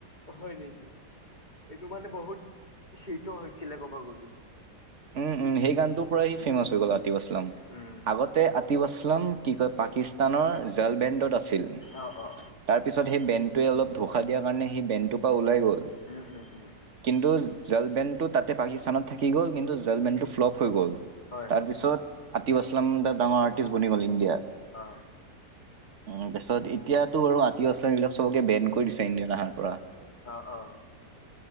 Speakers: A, on the left (about 25°); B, on the right (about 45°).
A: হয় নেকি এইটো মানে বহুত শীত হৈছিলে কব গলি
B: উম উম সেই গানটোৰ পৰাই সি ফেমাচ হৈ গ'ল আতিফ আছলাম
A: উম
B: আগত আতিব আছলাম কি কয় পাকিস্তানৰ জালবেণ্ডত আছিল
A: অ অ অ
B: তাৰপিছত সেই বেণ্টোৱ অলপ ধোষা দিয়াৰ কাৰণে সেই বেণ্ডটো পৰা ওলাই গ'ল
A: উম উম উম
B: কিন্তু জালবেনটো তাতে পাকিস্তানত থাকি গ'ল কিন্তু জালবেনটো ফ্লপ হৈ গ'ল
A: হয়
B: তাৰ
A: হয়
B: পিছত আতিফ আছলাম দা ডাঙৰ আৰ্টিষ্ট বনি গ'ল ইণ্ডিয়াৰ
A: অ
B: <inaudible> <unintelligible> উ তাৰপিছত এতিয়াতো আৰু আতীব আচলাম এইবিলাক চবকে বেন কৰি দিছে ইণ্ডিয়াত আহাৰ পৰা
A: অ অ